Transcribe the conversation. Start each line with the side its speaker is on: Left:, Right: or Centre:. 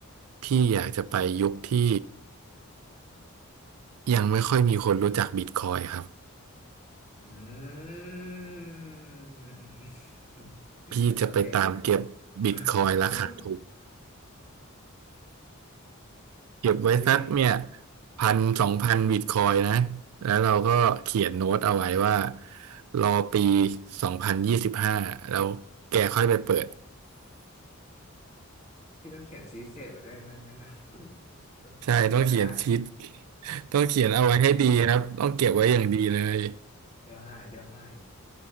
Right: พี่อยากจะไปยุคที่ยังไม่ค่อยมีคนรู้จักบิตคอยน์ครับ
Left: อืม <laughs>
Right: พี่จะไปตามเก็บบิตคอยน์ราคาถูก
Left: โอเค <laughs>
Right: เก็บไว้สักเนี่ย
Left: อุ๊ย
Right: พันสองพันบิตคอยนะแล้วเราก็เขียนโน้ตเอาไว้ว่ารอปีสองพันยี่สิบห้าแล้วแกค่อยไปเปิด
Left: พี่ต้องเขียนซีเสร็จไว้ด้วยนะงั้นนะ <laughs>
Right: ใช่ต้องเขียนทิศ
Left: เดี๋ยวหาย
Right: ต้องเขียนเอาไว้ให้ดีครับต้องเก็บไว้อย่างดีเลย
Left: เดี๋ยวหายเดี๋ยวหาย